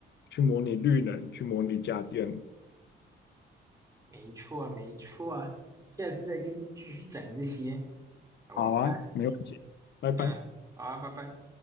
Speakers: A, on the left (about 60°); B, on the right (about 15°).
A: 去模拟绿能，去模拟家电。
B: 没错，没错，下次再跟你继续讲这些。好，
A: 好啊，
B: 我们拜。
A: 没问题，拜拜。
B: 嗯，好啊，拜拜。